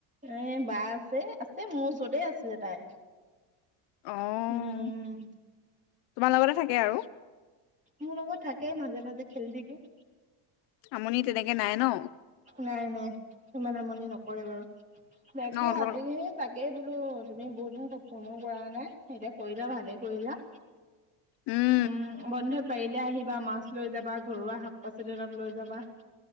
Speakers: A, on the right (about 15°); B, on the left (about 60°).
A: এঁ বা আছে, আছে মোৰ ওচৰতে আছিলে তাই।
B: অ'।
A: উওম।
B: তোমাৰ লগতে থাকে আৰু।
A: মোৰ লগত থাকে মাজে মাজে খেলি থাকে।
B: আমনি তেনেকে নাই ন'।
A: নাই নাই সিমান আমনি নকৰে বাৰু, বাকী
B: অ' তোমালোকৰ
A: আজি- তাকে বোলো তুমি বহুত দিন ফোনো কৰা নাই এতিয়া কৰিলা ভালে কৰিলা।
B: উম।
A: উম' বন্ধত পাৰিলে আহিবা মাছ লৈ যাবা ঘৰুৱা শাক পাচলি অলপ লৈ যাবা।